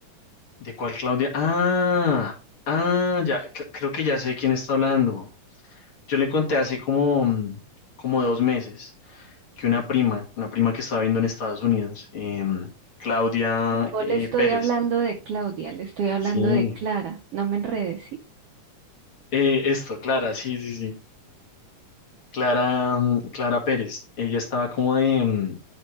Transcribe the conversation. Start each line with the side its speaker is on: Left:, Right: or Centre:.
Left: ¿De cuál Claudia? Ah, ah, ya, cre- creo que ya sé quién está hablando. Yo le conté hace como, mm, como dos meses que una prima, una prima que estaba viendo en Estados Unidos, em, Claudia
Right: No
Left: eh,
Right: le estoy
Left: Pérez,
Right: hablando de Claudia, le estoy hablando
Left: sí,
Right: de Clara. No me enredes, ¿sí?
Left: eh, esto, Clara, sí, sí, sí, Clara, mm, Clara Pérez, ella estaba como de, mm,